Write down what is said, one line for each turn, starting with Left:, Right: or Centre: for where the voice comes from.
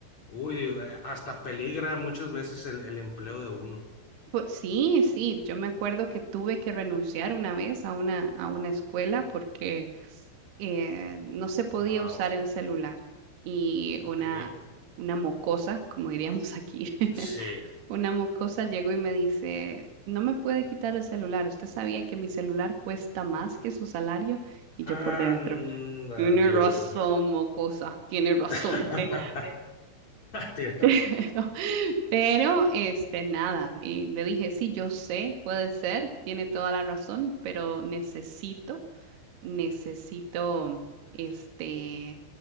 Left: uy, hasta peligra muchas veces el, el empleo de uno.
Right: Por- sí, sí, yo me acuerdo que tuve que renunciar una vez a una, a una escuela porque eh, no se podía
Left: Wow,
Right: usar el celular y
Left: ok.
Right: una, una mocosa, como diríamos aquí, <laughs>
Left: Sí.
Right: una mocosa llegó y me dice, no me puede quitar el celular, usted sabía que mi celular cuesta más que su salario y
Left: Anda,
Right: yo por dentro, tiene
Left: Dios
Right: razón,
Left: mío.
Right: mocosa, tiene razón.
Left: <laughs>
Right: eh".
Left: Eso. Dios.
Right: <laughs> Pero, pero, este, nada, y le dije, sí, yo sé, puede ser, tiene toda la razón, pero necesito necesito este